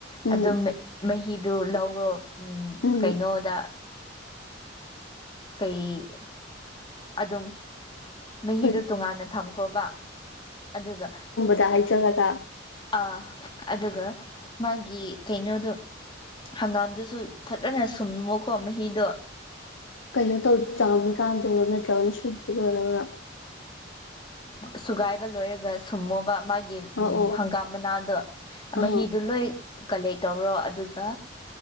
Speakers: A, on the left (about 80°); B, on the left (about 25°).
A: ꯎꯝ
B: ꯑꯗꯨꯝ ꯃꯍꯤꯗꯨ ꯂꯧꯔꯣ ꯎꯝ
A: ꯎꯝ
B: ꯀꯩꯅꯣꯗ ꯀꯩ ꯑꯗꯨꯝ ꯃꯍꯤꯗꯨꯣ
A: ꯍꯣꯏ
B: ꯇꯣꯉꯥꯟꯅ ꯊꯝꯈ꯭ꯔꯣꯕ ꯑꯗꯨꯒ
A: ꯌꯥ ꯍꯥꯏ ꯆ ꯅꯀ
B: ꯑ ꯑꯗꯨꯒ ꯃꯥꯒꯤ ꯀꯩꯅꯣꯗꯣ ꯍꯪꯒꯥꯝꯗꯨꯁꯨ ꯐꯖꯅ ꯁꯨꯝꯃꯣꯀꯣ ꯃꯍꯤꯗꯣ
A: ꯀꯩꯅꯣ ꯇꯧ ꯆꯥꯃꯤ ꯀꯥꯟꯗꯔꯣ ꯅꯠꯇ꯭ꯔꯒꯅ ꯁꯨꯠꯄꯗ ꯑꯣꯏꯔꯔꯥ
B: ꯁꯨꯒꯥꯏꯕ ꯂꯣꯏꯔꯒ ꯁꯨꯝꯃꯣꯕ ꯃꯥꯒꯤ
A: ꯑꯣ
B: ꯎꯝ ꯍꯪꯒꯥꯝ ꯃꯅꯥꯗꯣ
A: ꯑꯣ
B: ꯃꯍꯤꯗꯣ ꯂꯣꯏ ꯀꯂꯦꯛ ꯇꯧꯔꯣ ꯑꯗꯨꯒ